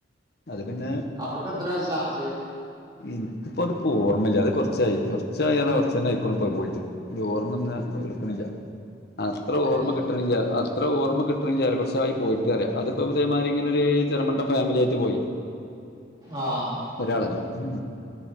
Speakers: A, on the left; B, on the right.
A: അത് പിന്നെ
B: അവർക്ക് എത്രേ ചാർജ്
A: എനിക്കിപ്പോ അതൊക്കെ ഓർമ്മല്ല അത് കൊറച്ചായി കുറച്ചായിന്നറഞ്ഞ കൊറച്ചന്നെ ആയിക്കുണു പ്പത് പോയിട്ട് ഇന്റെ ഓർമ്മ ഒന്ന് എടുക്കണില്ല അത്ര
B: എങ്ങനെ
A: ഓർമ്മ കിട്ട് ട്ടണില്ല അത്ര ഓർമ്മ കിട്ടണില്ലാറയാ കുറച്ചായി പോയിട്ട് റയാ അതിപ്പോ ഇതേമാതിരി ഇങ്ങനൊരു ചെറുമട്ടം ഫാമില്യായിട്ട് പോയി
B: ആഹ്
A: ഒരാളല്ല ഉം